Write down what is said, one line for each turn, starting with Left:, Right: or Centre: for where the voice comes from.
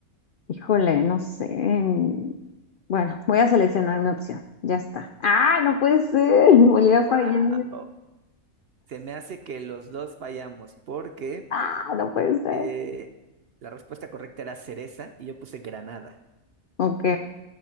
Left: Híjole, no sé. en- Bueno, voy a seleccionar mi opción. Ya está. Ah, no puede ser. <laughs> Volví a
Right: ¡Wow!
Left: fallar.
Right: Se me hace que los dos fallamos porque
Left: Ah, no puede ser.
Right: eh, la respuesta correcta era cereza y yo puse granada.
Left: Ok.